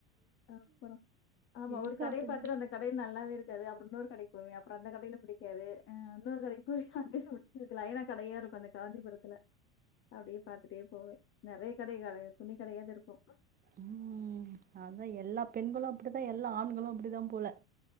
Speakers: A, on the left; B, on the right.
A: அ்ப்புறம் ஆமா
B: எனக்கு
A: ஒரு கடை
B: அப்டிதா
A: பாத்துர அந்த கடை நல்லாவே இருக்காது அப்புற இன்ன ஒரு கடை போவே அப்புறம் அந்த கடைல புடிக்காது ஆஹ் இன்னொரு கடைக்கு போய் அங்கயே முடிச்சதுக்குல ஐநா கடையா இருக்கும் அ காந்திபுரத்துல அப்படியே பாத்துட்டே போவேன் நிறைய கடை துணி கடையாத இருக்கும்
B: உம் அத தா எல்லா பெண்களும் அப்படித்தா எல்லா ஆண்களும் அப்படித்தா போல